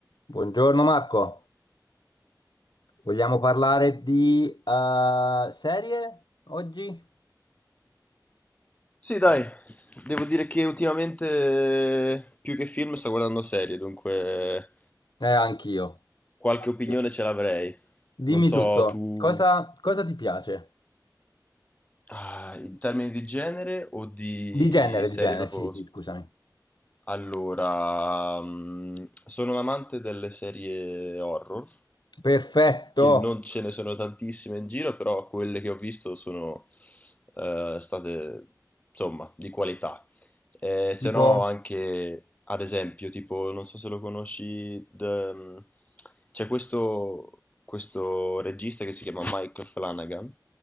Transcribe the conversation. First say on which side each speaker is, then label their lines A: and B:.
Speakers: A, on the left; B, on the left.
A: Buongiorno Marco, vogliamo parlare di eh, serie oggi?
B: Sì, dai, devo dire che ultimamente più che film sto guardando serie, dunque
A: Eh, anch'io,
B: qualche
A: anch'io.
B: opinione ce l'avrei.
A: Dimmi
B: Non so,
A: tutto,
B: tu
A: cosa, cosa ti piace?
B: ah, in termini di genere o di
A: Di genere,
B: serie
A: di genere,
B: proprio...
A: sì, sì, scusami.
B: Allora, mm, sono un amante delle serie horror,
A: Perfetto,
B: che non ce ne sono tantissime in giro, però quelle che ho visto sono eh, state, insomma, di qualità. Eh, se
A: tipo
B: no anche, ad esempio, tipo, non so se lo conosci, d- c'è questo, questo regista che si chiama Mike Flanagan,